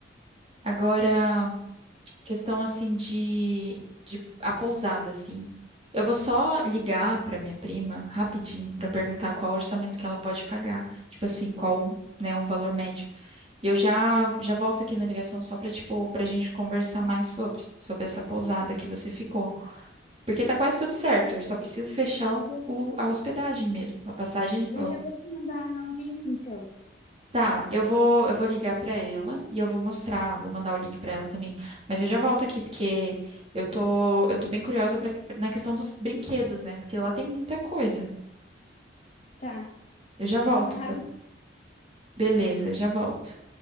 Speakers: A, on the right (about 30°); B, on the left (about 35°).
A: Agora. questão assim de, de a pousada assim. Eu vou só ligar para minha prima rapidinho para perguntar qual o orçamento que ela pode pagar, tipo assim, qual, né, um valor médio. E eu já já volto aqui na ligação só para tipo para gente conversar mais sobre sobre essa pousada que você ficou, porque tá quase tudo certo. Eu só preciso fechar o, o- a hospedagem mesmo, a passagem,
B: Eu já vou te mandar o link, então.
A: Tá, eu vou, eu vou ligar pra ela e eu vou mostrar, vou mandar o link pra ela também. Mas eu já volto aqui porque eu tô, eu tô bem curiosa pra, na questão dos brinquedos, né? Porque lá tem muita coisa.
B: Tá.
A: Eu já
B: Então,
A: volto,
B: rapidinho.
A: tá? Beleza, já volto.